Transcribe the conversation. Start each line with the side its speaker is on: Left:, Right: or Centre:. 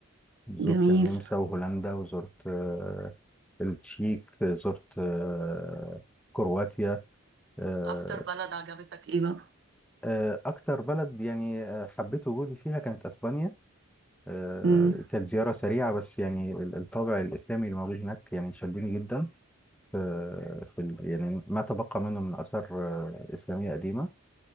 Centre: زرت
Right: جميل
Centre: النمسا وهولندا وزرت آه التشيك زرت آه كرواتيا آه
Right: اكتر بلد عجبتك ايه ايه
Centre: آه أكتر بلد يعني آه، حبيت وجودي فيها كانت أسبانيا آه،
Right: بقى
Centre: كانت زيارة سريعة بس يعني ال- الطابع الإسلامي اللي موجود هناك يعني شدني جدا في, في ال- يعني ما تبقى منه من آثار آه، إسلامية قديمة